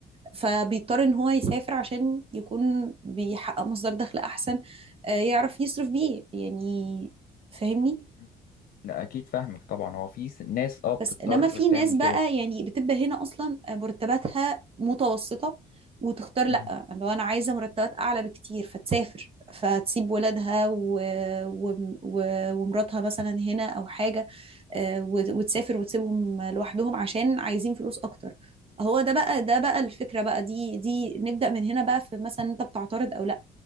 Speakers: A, on the right (about 35°); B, on the left (about 60°).
A: فبيضطر ان هو يسافر عشان يكون بيحقق مصدر دخل احسن آه، يعرف يصرف بيه يعني فاهمني
B: مم. لا اكيد فاهمك طبعا هو في س- ناس اه بتضطر
A: بس انما في
B: تعمل
A: ناس بقى
B: كده
A: يعني بتبقى هنا اصلا مرتباتها متوسطة وتختار لا
B: مم.
A: لو انا عايزة مرتبات اعلى بكتير فتسافر فتسيب ولادها و... و... و... ومراتها مثلا هنا او حاجة آه، وت- وتسافر وتسيبهم لوحدهم عشان عايزين فلوس اكتر هو ده بقى ده بقى الفكرة بقى دي دي نبدأ من هنا بقى في مثلا انت بتعترض او لا